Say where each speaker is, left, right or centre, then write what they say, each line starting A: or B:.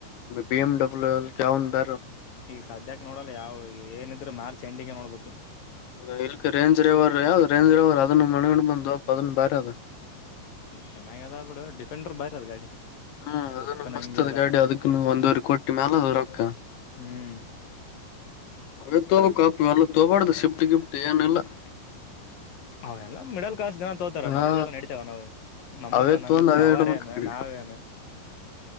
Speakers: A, on the left (about 75°); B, on the left (about 50°).
A: ಬಿ ಎಮ್ ಡಬ್ಲ್ಯೂ ಯಾವನ್ ಕಾರು? <unintelligible>
B: ಈಗ ಸದ್ಯಕ್ಕೆ ನೋಡಲ್ಲ ಯಾವ ಏನಿದರೂ ಮಾರ್ಚ್ ಎಂಡಿಂಗ್ ನೋಡ್ಬೇಕ. <unintelligible>
A: ನಿಲ್ಲಕ್ ರಂಜ ರೈವರ್ ಯಾವ ರೇಂಜ್ ರೈವರ್ ಅದನ್ನು ಮನೆಗೊಂಡ ಬಂದುವಪ್ಪಾ. ಅದ ಬೇರೆ ಅದ <unintelligible>
B: ಚೆನ್ನಾಗ ಅದ ಬಿಡ ಡಿಫೆಂಡರ್ ಬಾರಿ ಅದ್ ಗಾಡಿ. <unintelligible>
A: ಹೂ
B: ಲುಕ್
A: ಅದನ್ನು
B: ನಂಗೆ
A: ಮಸ್ತ್ ಅದ ಗಾಡಿ ಅದಕ್ಕನು ಒಂದುವರೆ ಕೋಟಿ ಮ್ಯಾಲ ಅದ ರೊಕ್ಕ.
B: ಹ್ಮ್
A: <unintelligible> ಅದಕ್ಕ ತೋಗೋಬೇಕ್ ಕಪ್ಪ ಮೇಲ್ಲಕ ತೋಬಾಡ್ದು ಶಿಪಟ್ಟಿ ಗಿಫ್ಟ್ ಏನಲ್ಲ? <unintelligible>
B: ಅವ ಎಲ್ಲಾ ಮೀಡಲ್ <unintelligible> ಕ್ಲಾಸ್ ಜನಾ ತೋತಾರ
A: ಹಾ
B: ನಮ್ಗೆಲ್ಲ ನಡತೇವ ಏನ್ ಅವ್ವ ನಮವ
A: ಅವೇ
B: ನಮ್ಮ
A: ತೊಂದ್ ಅವೇ
B: ಪವಾರ್
A: ಇಡ್ಬೇಕ್
B: ಏನು
A: ಅಲ್ಲೇ
B: ನಾವೇನ <unintelligible>